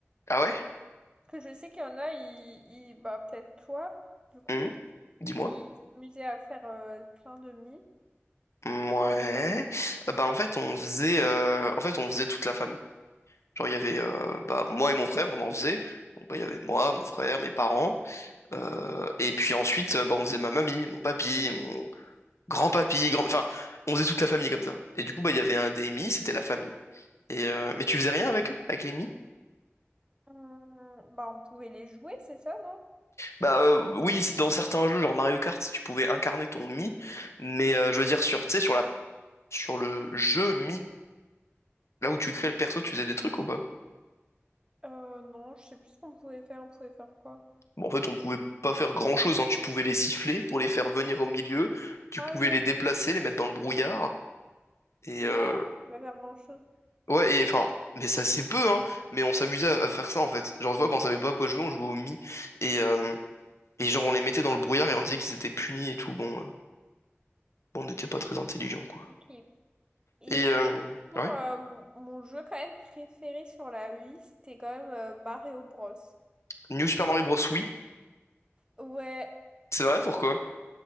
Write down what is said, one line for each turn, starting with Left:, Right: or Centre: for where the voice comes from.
Left: Ah ouais?
Right: Que je sais qu'il y en a, ils, ils- bah peut-être toi du coup,
Left: Mhm. Dis-moi.
Right: qui s'amusaient à faire euh, plein de mi.
Left: Ouais. Euh, Bah en fait on faisait euh, en fait on faisait toute la famille. Genre il y avait euh, bah moi et mon frère on en faisait. Donc bah il y avait moi, mon frère, mes parents. Euh, et puis ensuite euh, bah on faisait ma mamie, mon papy, mon, Grand-papy, grand... Enfin, on faisait toute la famille comme ça. Et du coup, bah, il y avait un DMI, c'était la famille. Et euh, Mais tu faisais rien avec eux, avec les Mi?
Right: Hum, bah on pouvait les jouer c'est ça non?
Left: Bah euh, oui, c'est- dans certains jeux, genre Mario Kart, tu pouvais incarner ton Mi, mais euh, je veux dire, sur, tu sais, sur la... sur le jeu Mi, là où tu crées le perso, tu faisais des trucs ou pas?
Right: Euh, non je sais plus ce qu'on pouvait faire, on pouvait faire quoi?
Left: Bon, en fait, on pouvait pas faire grand-chose, hein. Tu pouvais les siffler pour les faire venir au milieu, tu
Right: Ah
Left: pouvais
Right: oui,
Left: les déplacer, les mettre dans le brouillard, et...
Right: ouais
Left: euh,
Right: on pouvait pas faire grand-chose.
Left: Ouais, et enfin... Mais ça c'est peu, hein. Mais on s'amusait à à faire ça en fait. Genre, des fois, quand on savait pas à quoi jouer, on jouait au Mi. Et, euh, Et genre, on les mettait dans le brouillard et on disait qu'ils étaient punis et tout. Bon, euh, bon, on n'était pas très intelligents, quoi.
Right: Ok. Et
Left: Et, euh,
Right: mon, mon,
Left: ouais.
Right: euh, mon- mon jeu quand même préféré sur la Wii c'était quand même euh, Mario Bros.
Left: New Super Mario Bros. Oui.
Right: Ouais,
Left: C'est vrai, pourquoi?